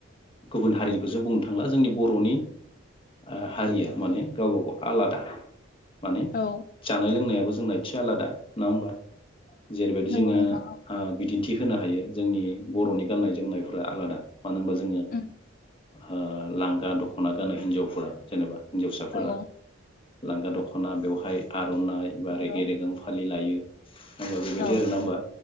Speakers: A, on the left (about 25°); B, on the left (about 45°).
A: गुबुन हारिनिखौ जों बुंनो थांला जोंनि बरनि ओ हारिया माने गावबा गाव आलादा माने
B: औ
A: जानाय लोंनायाबो जोंना एदसे आलादा नङा होमबा जेरैबायदि
B: नंगौ
A: जोङो
B: नोंथां औ
A: ओ बिदि थि होनो हायो जोंनि बरनि गाननाय जोमनायफ्रा आलादा मानो होनबा जोङो
B: उम
A: ओ लांगा दख'ना गानो हिन्जावफोरा जेनेबा हिन्जावसाफोरा
B: औ
A: लांगा दख'ना बेवहाय आर'नाइ बा रेगे
B: औ
A: रेगां फालि लायो होमबा बेबायदि
B: औ
A: आरोना होमबा